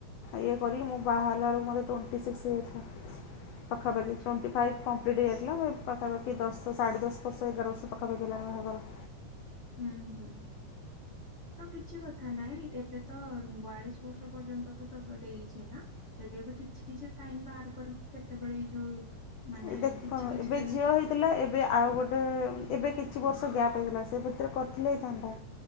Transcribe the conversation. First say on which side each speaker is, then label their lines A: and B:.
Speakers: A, on the left; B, on the left.
A: ଇଏ କରିକି ମୁଁ ବାହାହେଲା ବେଳକୁ ମତେ ଟ୍ୱେଣ୍ଟି ସିକ୍ସ ହେଇଯାଇଥିଲା। ପାଖାପାଖି
B: ଆଚ୍ଛା
A: ଟ୍ୱେଣ୍ଟି ଫାଇପ୍ କମ୍ ପ୍ଲିଟ୍ ହେଇଯାଇଥିଲା ମୋ ଏ ପାଖାପାଖି ଦଶ ସାଢ଼େଦଶ ବର୍ଷ ଏଗାର ବର୍ଷ ପାଖାପାଖି ହେଲାଣି ବାହାଘର।
B: ହୁଁ ହୁଁ ତ କିଛି କଥା ନାହିଁ ଏବେ ତ ବୟାଳିଶ୍ ବର୍ଷ ପର୍ଯ୍ୟନ୍ତ ତ ତ ଦେଇଚି ନା ଯଦି ଏବେ କିଛି କିଛି ଟାଇମ ବାହାର କରିକି କେତେବେଳେ ଏଇ ଯୋଉ ମାନେ
A: ଏଇ ଦେଖ
B: କିଛି କିଛି
A: ଏବେ
B: ଯଦି
A: ଝିଅ
B: ବି
A: ହେଇଥିଲା ଏବେ ଆଉ ଗୋଟେ ଏବେ କିଛି ବର୍ଷ ଗ୍ୟାପ୍ ହେଇଗଲା ସେ ଭିତରେ କରିଥିଲେ ହେଇଥାନ୍ତା